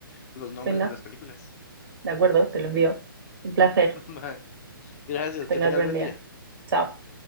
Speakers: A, on the left; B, on the right.
A: los nombres
B: Venga,
A: de las películas.
B: de acuerdo, te lo envío. Un placer.
A: <laughs> Va. Gracias,
B: Que tengas
A: que tengas
B: buen
A: buen
B: día.
A: día.
B: Chao.